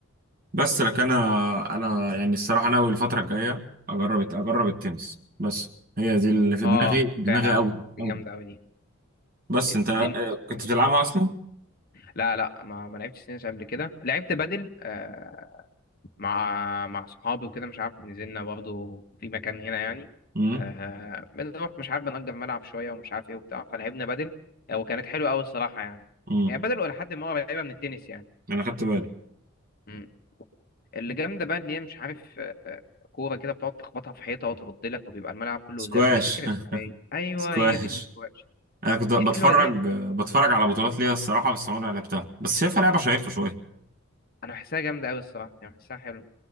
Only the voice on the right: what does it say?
بس لك انا انا يعني الصراحه ناوي الفتره الجايه اجرب اجرب التنس بس هي دي اللي في دماغي
دماغي
قوي
قوي
بس
انت آه،
كنت بتلعبها اصلا
امم
امم
انا خدت بالي
سكواش
<laughs>
سكواش
انا كنت بتفرج
آه، بتفرج على بطولات ليها الصراحه بس عمري ما لعبتها بس شايفها لعبه شيقه شويه